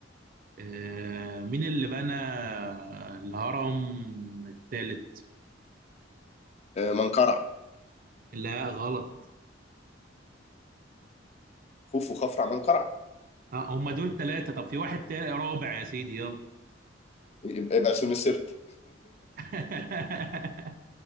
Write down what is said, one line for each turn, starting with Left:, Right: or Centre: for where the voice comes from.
Right: آه مين اللي بنى الهرم التالت
Left: آه، منقرع
Right: لا غلط
Left: خوف وخفرع منقرع
Right: آه هم دول ثلاثة طب في واحد تالت رابع يا سيدي يلا
Left: يبقى يبقى سون السرت
Right: <laughs>